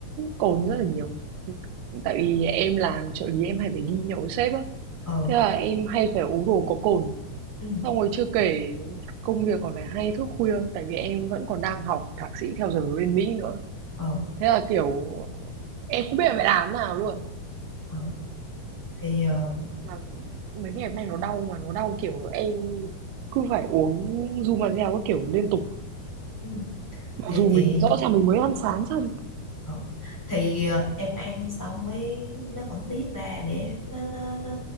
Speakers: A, on the right; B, in the centre.
A: cồn rất là nhiều. Tại vì em làm trợ lý em hay phải đi nhậu với sếp á,
B: ừ
A: thế là em hay phải uống đồ có cồn.
B: ừ
A: Xong rồi chưa kể công việc còn phải hay thức khuya, tại vì em vẫn còn đang học thạc sĩ theo giờ ở bên Mỹ nữa.
B: ừ,
A: Thế là kiểu em không biết là phải làm thế nào luôn.
B: ừ. thì ờ,
A: mà mấy ngày hôm nay nó đau mà nó đau kiểu em cứ phải uống Zumazel các kiểu liên tục
B: ừ.
A: mặc
B: thì
A: dù mình
B: chị
A: rõ ràng mình mới ăn sáng xong
B: Ờ. Thì ờ, em ăn xong mới nó vẫn tiết ra để nó nó nó